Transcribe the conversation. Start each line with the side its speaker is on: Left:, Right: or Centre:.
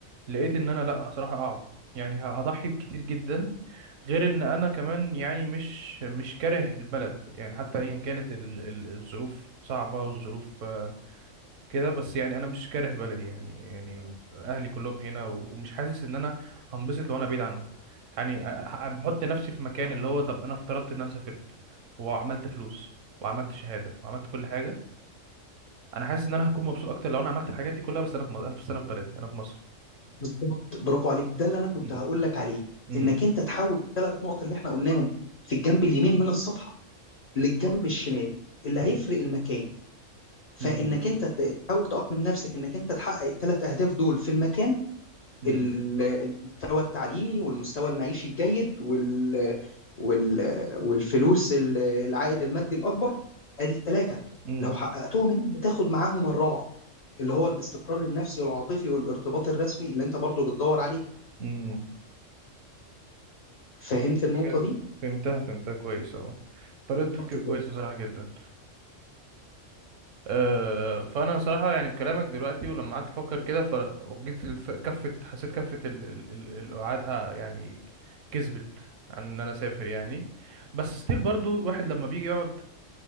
Right: لقيت ان انا لا صراحه اقعد يعني هضحي بكتير جدا غير ان انا كمان يعني مش مش كاره البلد يعني حتى ايا كانت ال- ال- الظروف صعبه والظروف كده بس يعني انا مش كاره بلدي يعني يعني اهلي كلهم هنا و- ومش حاسس ان انا هنبسط لو انا بعيد عنهم يعني أ- أ- بحط نفسي في مكان اللي هو طب انا افترضت ان انا سافرت وعملت فلوس وعملت شهادة وعملت كل حاجة انا حاسس ان انا هكون مبسوط اكتر لو انا عملت الحاجات دي كلها بس انا في مصر انا في انا في بلدي انا في مصر
Left: بالظبط برافو عليك ده اللي أنا كنت
Right: مم.
Left: هقول لك عليه
Right: مم.
Left: إنك أنت تحول الثلاث نقط اللي إحنا قلناهم في الجنب اليمين من الصفحة للجنب الشمال اللي هيفرق
Right: مم.
Left: المكان فإنك
Right: مم.
Left: أنت ت- تحاول تأقلم نفسك إنك أنت تحقق الثلاث أهداف دول في المكان
Right: مم.
Left: ال- المستوى التعليمي والمستوى المعيشي الجيد وال وال والفلوس ال- العائد المادي الاكبر ادي الثلاثه
Right: مم.
Left: لو حققتهم هنا بتاخد معاهم الرابع اللي هو الاستقرار النفسي والعاطفي والارتباط الرسمي اللي انت برضو بتدور عليه
Right: مم.
Left: فهمت
Right: فهمت الفكرة؟
Left: النقطه دي
Right: فهمتها فهمتها كويس اهو طريقة
Left: بالظبط
Right: تفكير
Left: كده
Right: كويسة بصراحة جدا آه، فانا صراحه يعني بكلامك دلوقتي ولما قعدت افكر كده فجيت الف- كفه حسيت كفه ال- ال- ال- القعاد آه، يعني كسبت عن ان انا اسافر يعني بس ستيل برضو الواحد لما بيجي يقعد